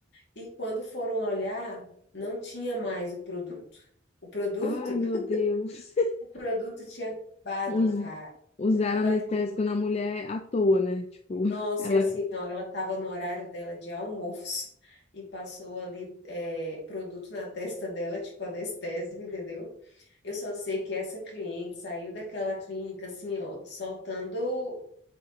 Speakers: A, on the left; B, on the left.
A: E quando foram olhar, não tinha mais o produto. O produto,
B: Ai, meu Deus.
A: <laughs>
B: <laughs>
A: o produto tinha acabado,
B: Us-
A: cara.
B: Usaram
A: Tu
B: anestésico
A: acredita?
B: na mulher à toa, né? Tipo, <laughs>
A: Nossa,
B: ela.
A: e assim, ó, ela estava no horário dela de almoço e passou ali é, produto na testa dela, tipo anestésico, entendeu? Eu só sei que essa cliente saiu daquela clínica assim, ó, soltando,